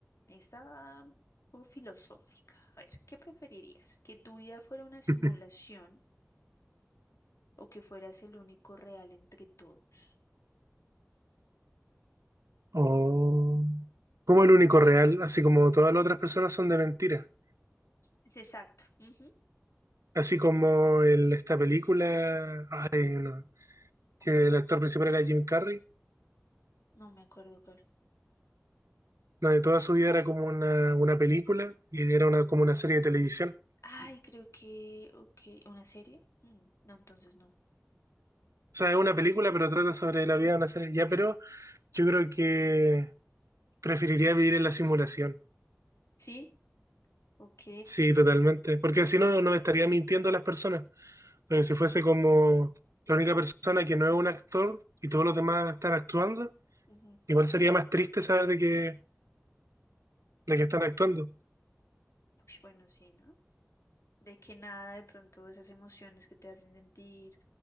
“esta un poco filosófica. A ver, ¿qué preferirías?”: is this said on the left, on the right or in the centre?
Left